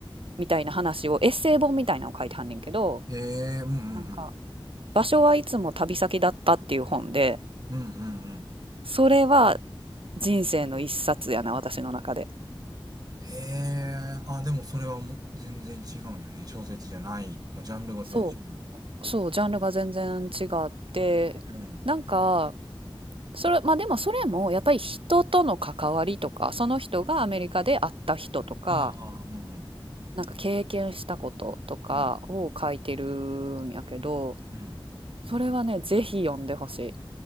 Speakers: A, on the right; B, on the right.
A: みたいな話をエッセイ本みたいなのを書いてはんねんけど、
B: へえ、うん、うん、
A: なんか
B: うん。
A: 場所はいつも旅先だったっていう本で、
B: うん、うん、うん。
A: それは人生の一冊やな、私の中で。
B: へえ、あ、でもそれはもう全然違うんやね。小説じゃない。もうジャンルが全然違う。
A: そう、そう、ジャンルが全然違って、
B: うん。
A: なんか、それ、まあでもそれもやっぱり人との関わりとか、その人がアメリカで会った人とか、
B: ああ、うん、うん、
A: なんか経験したこととかを書いてる
B: うん、
A: んやけど、
B: うん。
A: それはね、ぜひ読んでほしい。